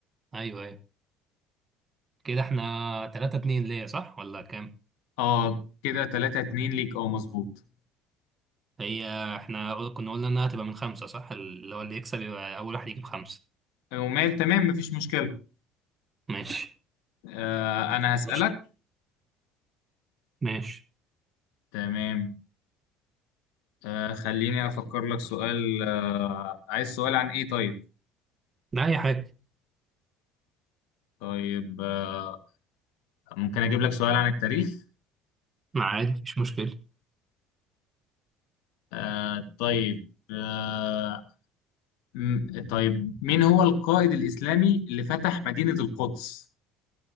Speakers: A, on the right; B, on the left.
A: ايوه ايوه كده احنا 3 2 ليا صح ولا كام
B: اه كده 3 2 ليك اه مظبوط
A: هي احنا قل- كنا قلنا انها تبقى من خمسة صح اللي هو اللي يكسب يبقى اول واحد يجيب خمسة
B: ومال تمام مفيش مشكله
A: ماشي
B: آه انا هسألك
A: ماشي ماشي
B: تمام آه خليني افكر لك سؤال آه عايز سؤال عن ايه طيب
A: لا اي حاجة
B: طيب آه ممكن اجيب لك سؤال عن التاريخ
A: ما عادي مفيش مشكلة
B: آه طيب آه، م- طيب مين هو القائد الإسلامي اللي فتح مدينة القدس